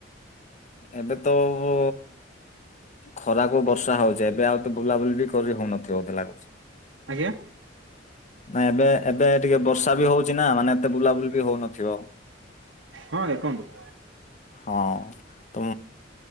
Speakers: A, on the left; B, on the right.
A: ଏବେ ତ ଅ ଖରାକୁ ବର୍ଷା ହଉଛି ଏବେ ଆଉ ବୁଲାବୁଲି ବି କରି ହୋଉନଥିବ ବୋଧେ ଲାଗୁଛି।
B: ଆଜ୍ଞା
A: ନାଇଁ ଏବେ ଏବେ ଟିକେ ବର୍ଷା ବି ହୋଉଛି ନା ମାନେ ଏତେ ବୁଲାବୁଲି ବି ହୋଇନଥିବ।
B: ହଁ ଆଜ୍ଞା କୁହନ୍ତୁ।
A: ହଁ ତ